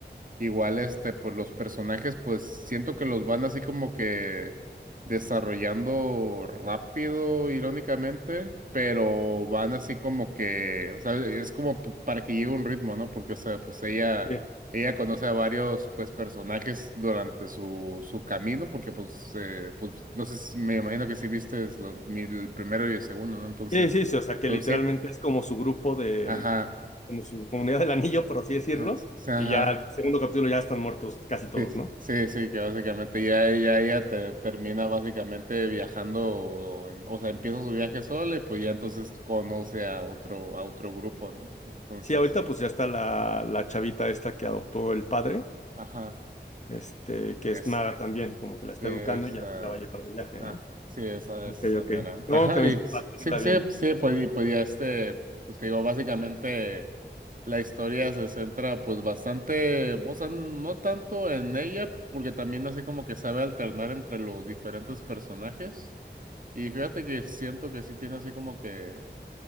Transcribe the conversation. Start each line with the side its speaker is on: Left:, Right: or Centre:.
Right: Igual, este, pues los personajes, pues siento que los van así como que desarrollando rápido, irónicamente, pero van así como que, o sea, es como p- para que lleve un ritmo, ¿no? Porque, o sea, pues ella,
Left: Sí,
Right: ella conoce a varios, pues, personajes durante su, su camino, porque, pues, eh, pues, no sé, si- me imagino que sí viste el primero y el segundo, ¿no? Entonces,
Left: sí, sí, sí, o sea, que
Right: pues
Left: literalmente
Right: sí,
Left: es como su grupo de
Right: ajá,
Left: como su comunidad del anillo, por así decirlo,
Right: es- sí, ajá.
Left: y ya el segundo capítulo ya están muertos casi todos,
Right: Sí,
Left: ¿no?
Right: sí, sí, que básicamente ya ella, ella te- termina básicamente viajando, en- o sea, empieza su viaje sola y pues ya entonces
Left: Sí.
Right: conoce a otro, a otro grupo, ¿no? Entonces,
Left: Sí, ahorita pues ya está la, la chavita esta que adoptó el padre,
Right: ajá,
Left: este, que
Right: es,
Left: es maga también, como que la está
Right: sí, esa,
Left: educando y ya se la va a llevar de viaje,
Right: ah,
Left: ¿no?
Right: sí, esa,
Left: Ok,
Right: esa
Left: ok.
Right: mera. Ajá,
Left: ¿Cómo que me
Right: y
Left: dices?
Right: s-
Left: Para tenerla
Right: sí, sí,
Left: bien.
Right: sí, pues, y pues ya este, pues te digo, básicamente la historia se centra pues bastante, o sea, no tanto en ella, porque también así como que sabe alternar entre los diferentes personajes. Y fíjate que siento que sí tiene así como que...